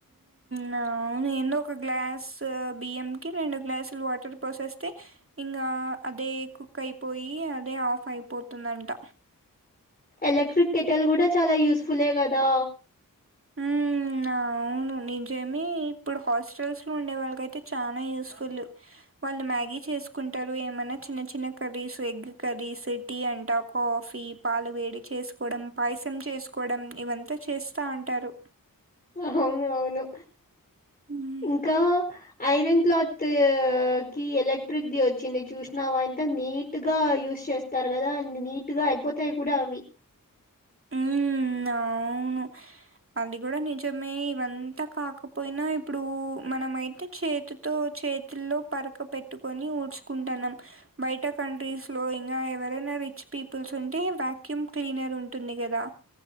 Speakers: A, on the right; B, on the left.
A: నవును ఏందో ఒక గ్లాస్ బియ్యం కి రెండు గ్లాసులు వాటర్ పోసేస్తే ఇంగ అదే కుక్ అయిపోయి అదే ఆఫ్ అయిపోతుందట
B: ఎలక్ట్రిక్ కెటల్ కూడా చాలా యూస్ ఫులే కదా
A: ఉ ఉ నవును నిజమే ఇప్పుడు హాస్టల్స్ లో ఉండే వాళ్ళకైతే చానా యూస్ఫుల్ వాళ్ళు మ్యాగీ చేసుకుంటరు ఏమైనా చిన్న చిన్న కర్రీస్ ఎగ్ కర్రీస్ టీ అంటా కాఫీ పాలు వేడి చేసుకోడం పాయసం చేసుకోవడం ఇవంతా చేస్తా అంటారు
B: ఆ అవును అవును
A: హ్మ్.
B: ఇంకా ఐరన్ క్లాత్ త్ కి ఎలక్ట్రిక్ ది వచ్చింది చూసినావా ఎంత నీట్ గా యూస్ చేస్ తరు కదా అన్ని నీట్ గా అయిపోతాయి కూడా అవి
A: హ్మ్. అవును అది కూడా నిజమే ఇవంతా కాకపోయినా ఇప్పుడు మనమైతె చేతు తో చేతుల్లో పరక పెట్టుకొని ఊడ్చుకుంటన్నాం బయట కంట్రీస్ లో ఇంగ ఎవరైనా రిచ్ పీపుల్స్ ఉంటే వాక్యూమ్ క్లీనర్ ఉన్ టుంది గాదా